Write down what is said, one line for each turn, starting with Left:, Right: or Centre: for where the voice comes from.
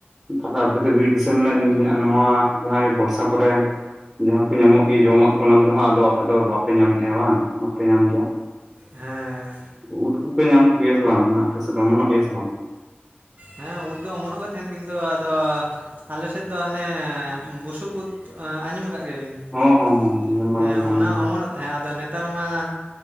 Centre: ᱛᱟᱦᱞᱮ ᱟᱯᱮ ᱫᱚ ᱵᱤᱨ ᱫᱤᱥᱚᱢ ᱱᱮᱜ ᱱᱤᱭᱟᱹᱜᱼᱟ ᱱᱚᱣᱟ ᱡᱟᱦᱟᱸᱭ ᱵᱚᱨᱥᱟ ᱠᱚᱨᱮ ᱼᱼ ᱡᱟᱦᱟᱸ ᱠᱚ ᱧᱟᱢᱚᱜ ᱜᱤ ᱡᱚᱢᱟᱜ ᱠᱚ ᱚᱱᱟ ᱠᱚᱫᱚ ᱦᱟᱸᱜ ᱟᱫᱚ ᱟᱯᱮ ᱫᱚ ᱵᱟᱯᱮ ᱧᱟᱢᱮᱜᱼᱟ ᱵᱟᱝ? ᱯᱮ ᱧᱟᱢ ᱜᱮᱭᱟ
Right: ᱦᱮᱸ
Centre: ᱩᱫ ᱠᱚᱯᱮ ᱧᱟᱢ ᱠᱚ ᱜᱮᱭᱟ ᱥᱮ ᱵᱟᱝ ᱦᱟᱸᱜ ᱟᱯᱮᱥᱮᱫ ᱫᱚ ᱚᱢᱚᱱᱚᱜ ᱜᱮᱭᱟ ᱥᱮ ᱵᱟᱝ?
Right: ᱦᱮᱸ ᱩᱫ ᱫᱚ ᱚᱢᱚᱱᱚᱜ ᱜᱮ ᱛᱟᱦᱮᱱ ᱠᱤᱱᱛᱩ ᱟᱫᱚ ᱼᱼ ᱟᱞᱮᱥᱮᱜ ᱫᱚ ᱚᱱᱮ ᱵᱩᱥᱩᱵ ᱩᱫ ᱟᱸᱡᱚᱢ ᱠᱟᱜ ᱜᱮᱭᱟ ᱵᱤᱱ
Centre: ᱦᱚᱸ ᱦᱚᱸ
Right: ᱾
Centre: ᱦᱚᱸ ᱟᱸᱡᱚᱢ ᱵᱟᱲᱟ
Right: ᱦᱮᱸ
Centre: ᱦᱩᱭ ᱟᱠᱟᱱ
Right: ᱚᱱᱟ
Centre: ᱜᱮᱭᱟ
Right: ᱚᱢᱚᱱᱚᱜ ᱛᱟᱦᱮᱸᱜ ᱟᱫᱚ ᱱᱮᱛᱟᱨ ᱢᱟ ᱼᱼ